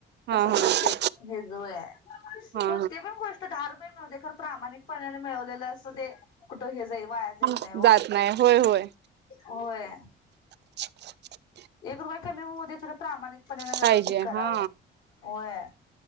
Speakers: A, on the right; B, on the left.
A: हा
B: तसं
A: हा
B: प्रत्येक हे जवळ हाय.
A: हा
B: कोणती पण गोष्ट दहा रुपयाला लावू देत तर प्रामाणिक पणाने मिळवलेलं असतं ते, कुठं हे जाई, वाया जायतं
A: हा
B: नाही हो.
A: जात नाही होय होय
B: होय.
A: <inaudible>
B: एक रुपया कमी होऊ दे, तरी प्रामाणिक पण नां
A: पाहिजे
B: व्यवस्थित करावं,
A: हा
B: होय.